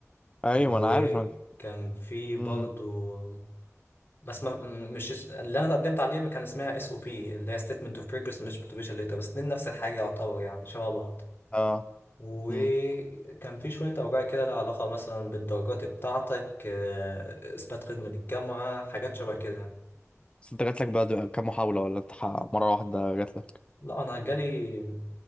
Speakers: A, on the left (about 20°); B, on the left (about 40°).
A: ايوه
B: وكان
A: ما انا عارف انا
B: في برضو
A: امم
B: بس ما م- مش اس- اللي انا قدمت عليه كان اسمها اس او بي اللي هي ستيتمنت اوف بروجرس مش موتيفيشن ليتر بس اتنين نفس الحاجة يعتبر يعني شبه بعض
A: اه
B: وكان
A: امم
B: في شوية أوراق كده لها علاقة مثلا بالدرجات بتاعتك آه، إثبات خدمة للجامعة حاجات شبه كده
A: بس انت جاتلك بعد كام محاولة ولا انت ح- مرة واحدة جاتلك
B: لا أنا جالي